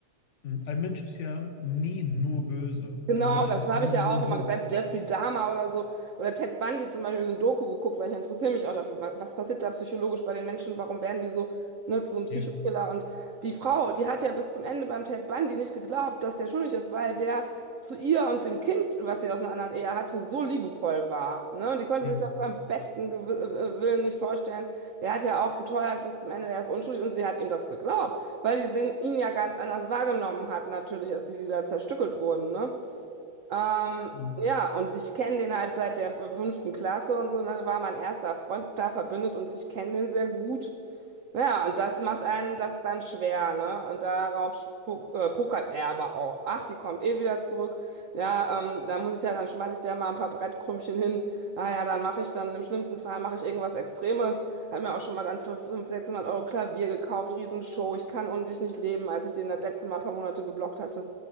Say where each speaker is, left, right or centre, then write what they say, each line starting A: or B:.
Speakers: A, on the left; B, on the right.
A: hm, ein Mensch ist ja nie nur böse oder
B: Genau,
A: ein Mensch
B: das
A: ist
B: habe
A: nie
B: ich
A: nur
B: ja auch
A: gut.
B: immer gesagt. Jeffrey Dahmer oder so. Oder Ted Bundy zum Beispiel, so ein Doku geguckt, weil ich interessiere mich auch dafür. Was, was passiert da psychologisch bei den Menschen? Warum werden die so, ne, zu so einem Psychokiller?
A: Ja,
B: Und die Frau, die hat ja bis zum Ende beim Ted Bundy nicht geglaubt, dass der schuldig ist, weil der zu ihr und dem Kind, was sie aus einer anderen Ehe hatte, so liebevoll war. Ne? Und die konnte
A: ja,
B: sich das beim besten Gew äh, äh, Willen nicht vorstellen. Der hat ja auch beteuert bis zum Ende, der ist unschuldig und sie hat ihm das geglaubt, weil die sehen, ihn ja ganz anders wahrgenommen hat, natürlich, als die, die da zerstückelt wurden, ne? Ähm,
A: ja.
B: ja, und ich kenne den halt seit der fünften Klasse und so, ne, Da war mein erster Freund da, verbindet uns, ich kenne den sehr gut. Ja, und das macht einen das dann schwer, ne? Und darauf spuck, äh, pokert er aber auch. Ach, die kommt eh wieder zurück. Ja, ähm, da muss ich ja, dann schmeiße ich der mal ein paar Brettkrümchen hin. Naja, dann mache ich dann, im schlimmsten Fall mache ich irgendwas Extremes. Hat mir auch schon mal dann für 500, 600 Euro Klavier gekauft, Riesenshow. Ich kann ohne dich nicht leben, als ich den das letzte Mal ein paar Monate geblockt hatte.